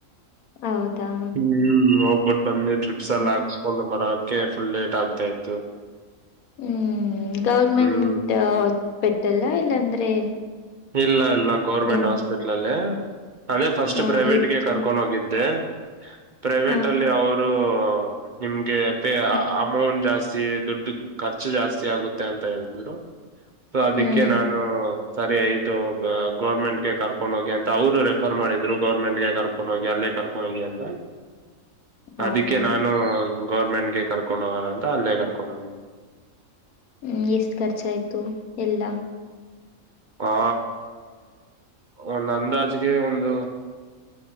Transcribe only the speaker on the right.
ಹ್ಮ್ ಹೋಗ್ಬಿಟ್ಟ ಬನ್ನ ಮೇಲ ಡ್ರಿಪಸೆಲ್
ಹಾಕ್ ಫುಲ್ ಬರಾಕ್ಕೆ ಫುಲ್ ಲೇಟ್ ಆಗ್ತಾ ಇತ್ತು
ಹ್ಮ್
ಇಲ್ಲ ಇಲ್ಲ ಗೋರ್ಮೆಂಟ್
ಹಾಸ್ಪಿಟ್ಲ ಅಲ್ಲಿ ಅದೇ ಫಸ್ಟ್
ಪ್ರೈವೇಟ್ಗೆ
ಕರ್ಕೊಂಡು ಹೋಗಿದ್ದೆ ಪ್ರೈವೇಟ್
ಅಲ್ಲಿ ಅವರು ನಿಮ್ಗೆ
ಅಮೌಂಟ್ ಜಾಸ್ತಿ ದುಡ್ಡ ಖರ್ಚು ಜಾಸ್ತಿ ಆಗುತ್ತೆ ಅಂತ ಹೇಳಿದ್ರು ಸೊ ಅದಕ್ಕೆ
ನಾನು ಸರಿಯತ ಗೌರ್ಮೆಂಟ್ಗೆ ಕರ್ಕೊಂಡು ಹೋಗಿ ಅಂತ ಅವ್ರು ರೆಫರ್ ಮಾಡಿದ್ರು ಗೌರ್ಮೆಂಟ್ ಗೆ ಕರ್ಕೊಂಡು ಹೋಗಿ ಅಲ್ಲೇ ಕರ್ಕೊಂಡು ಹೋಗಿ ಅಂತ
ಅದಕ್ಕೆ ನಾನು ಗೌರ್ಮೆಂಟ್ಗೆ ಕರ್ಕೊಂಡು ಹೋಗೋಣ ಅಂತ ಅಲ್ಲೇ ಕರ್ಕೊಂಡ್ ಹೋಗಿದೆ
ಆ ಒಂದು ಅಂದಾಜ್ಗೆ ಒಂದು